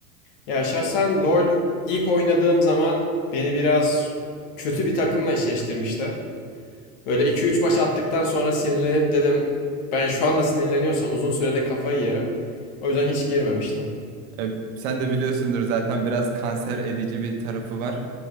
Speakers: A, on the left (about 55°); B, on the right (about 65°).
A: Ya şahsen LoL ilk oynadığım zaman beni biraz kötü bir takımla eşleştirmişti. Böyle iki üç maç attıktan sonra sinirlenip dedim ben şu anda sinirleniyorsam uzun sürede kafayı yerim. O yüzden hiç girmemiştim.
B: E, sen de biliyorsundur zaten biraz kanser edici bir tarafı var.